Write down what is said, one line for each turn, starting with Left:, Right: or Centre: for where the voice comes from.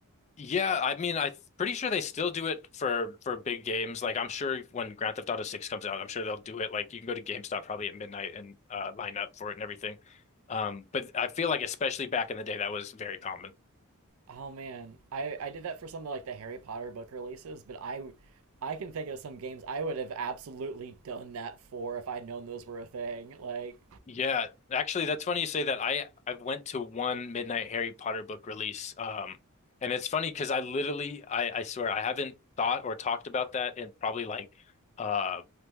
Left: Yeah, I mean, I'm pretty sure they still do it for for big games. Like, I'm sure when Grand Theft Auto 6 comes out, I'm sure they'll do it. Like, you can go to GameStop probably at midnight and uh, line up for it and everything. Um, but I feel like especially back in the day, that was very common.
Right: Oh man, I I did that for some of like the Harry Potter book releases, but I I can think of some games I would have absolutely done that for if I'd known those were a thing. Like,
Left: Yeah, actually, that's funny you say that. I I went to one Midnight Harry Potter book release, um, and it's funny because I literally, I I swear, I haven't thought or talked about that in probably like, uh,